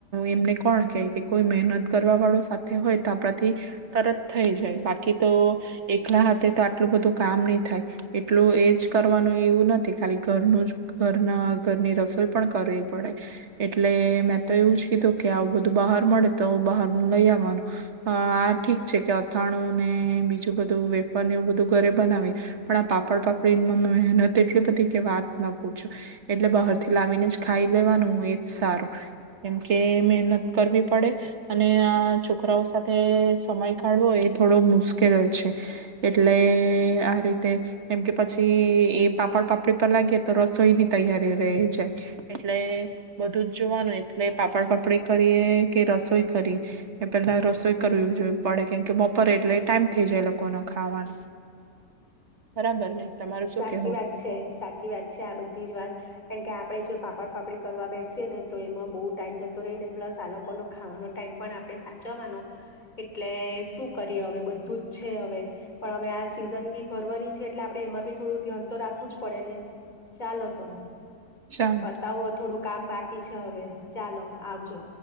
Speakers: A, on the right; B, on the left.
A: એમને કોણ કેહે કે કોઈ મહેનત કરવા વાળું સાથે હોય તો આપણાથી તરત થઈ જાય બાકી તો એકલા હાથે તો આટલું બધું કામ ની થાય. એટલું એજ કરવાનું એવું નથી ખાલી ઘરનું જ ઘરના ઘરની રસોઈ પણ કરવી પડે, એટલે મેં તો એવું જ કીધું કે આવું બધું બહાર મળે તો બહારનું લઈ આવવાનું, આ ઠીક છે કે અથાણું ને બીજું બધું વેફર એું બધું ઘરે બનાવી પણ આ પાપડ, પાપડીમાં મહેનત એટલી બધી કે વાત ના પૂછો, એટલે બહાર થી લાવીને જ ખાઈ લેવાનું એજ સારું, કેમ કે મહેનત કરવી પડે અને આ છોકરાઓ સાથે સમય કાઢવો એ થોડો મુશ્કેલ છે, એટલે આ રી તે કેમ કે પછી એ પાપડ પાપડી પર લાગીએ તો રસોઈની તૈયારી રહી જાય, એટલે બધું જ જોવાનું એટલે પાપડ પાપડી કરીએ કે રસોઈ કરીએ એ પેલા રસોઈ કરવી જો પડે કેમ કે બપોરે એટલે ટાઈમ થઈ જાય લોકો ન ખાવાનો. બરાબર ને તમારું
B: સાચી
A: શું કેવું
B: વાત છે, સાચી વાત છે આ બધી જ વાત કારમ કે આપડે જો પાપડ પાપડી કરવા બેસીએ ને તો એમાં બઉ ટાઈમ જતો રહી ને પ્લસ આ લોકોનો ખાવાનો ટાઈમ પણ આપણે સાચવવાનો એટલે શું કરીએ હવે બધું જ છે હવે પણ હવે આ સિઝન બી ભરવાની છે એટલે આપડે એમાં બી થોડું ધ્યાન તો રાખવું જ પડે ને. ચાલો તો,
A: ચાલો
B: બતાવો થોડું કામ બાકી એછ હવે, ચાલો. આવજો.